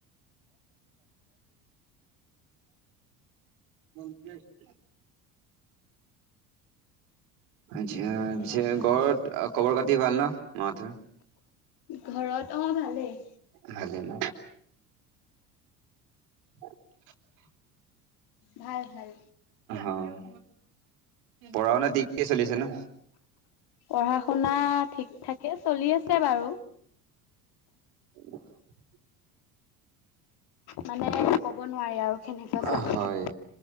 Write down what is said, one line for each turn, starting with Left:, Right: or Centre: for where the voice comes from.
Right: <inaudible> আচ্ছা
Left: তেনেকুৱা
Right: আচ্ছা ঘৰত
Left: আৰু
Right: খবৰ খাটি ভাল ন মা হঁতৰ।
Left: ঘৰত অ', ভালেই।
Right: ভালে ন। <inaudible>
Left: ভাল ভাল।
Right: অ', পঢ়া শুনা ঠিককৈ চলিছে নে।
Left: পঢ়া শুনা থিক থাকে চলি আছে বাৰু।
Right: <inaudible>
Left: মানে ক'ব নোৱাৰি আৰু। কেনেকুৱা চলি
Right: অ', হয়,
Left: আছে